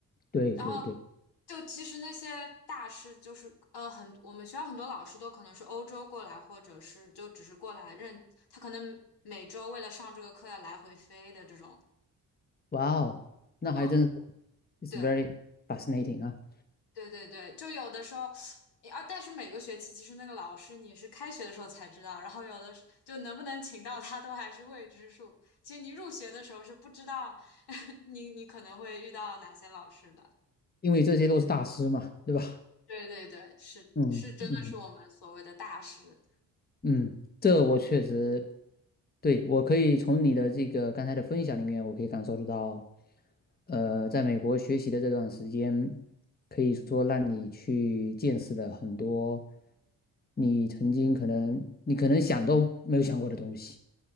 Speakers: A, on the left (about 20°); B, on the left (about 65°).
A: 对对对。
B: 然后就其实那些大师就是呃很，我们学校很多老师都可能是欧洲过来，或者是就只是过来认，他可能每周为了上这个课要来回飞的这种，
A: 哇哦，那还真是
B: 嗯，
A: ，it's
B: 对。
A: very fascinating 啊，
B: 对对对，就有的时候啊，但是每个学期其实那个老师你是开学的时候才知道，然后有的时就能不能请到他都还是未知数。其实你入学的时候是不知道 <laughs> 你你可能会遇到哪些老师的。
A: 因为这些都是大师嘛，对吧？
B: 对对对，是是，
A: 嗯嗯
B: 真的是我们所谓的大师。
A: 嗯，这我确实，对，我可以从你的这个刚才的分享里面，我可以感受得到，呃，在美国学习的这段时间，可以说让你去见识了很多你曾经可能你可能想都没有想过的东西。